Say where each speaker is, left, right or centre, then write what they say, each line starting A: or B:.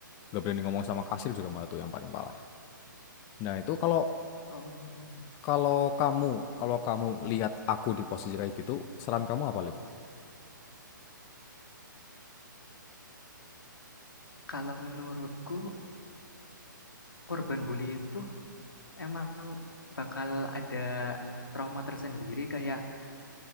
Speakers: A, on the left; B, on the left.
A: nggak berani ngomong sama kasir juga malah tuh yang paling parah. Nah itu kalau
B: Oh,
A: kalau kamu kalau kamu lihat aku di posisi kayak gitu saran kamu apa Lip?
B: kalau menurutku korban bully itu emang bakal ada trauma tersendiri kayak